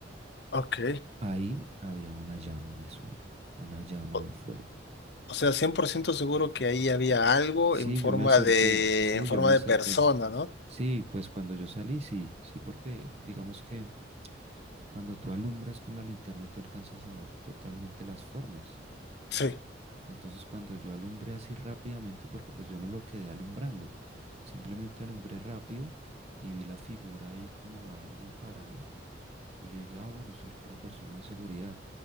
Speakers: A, on the left; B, on the right.
A: ok.
B: ahí había una llama en el suelo, una llama
A: O,
B: de fuego.
A: o sea, 100% seguro que ahí había algo
B: Sí,
A: en forma
B: yo me acerqué,
A: de,
B: sí,
A: en forma
B: yo me acerqué.
A: de persona, ¿no?
B: Sí, pues cuando yo salí, sí, sí, porque digamos que cuando tú alumbras con la linterna, tú alcanzas a ver totalmente las formas.
A: Sí.
B: Entonces cuando yo alumbré así rápidamente, porque pues yo no lo quedé alumbrando, simplemente alumbré rápido y vi la figura ahí como a alguien parado y yo dije, ah, bueno, es el- la persona de seguridad.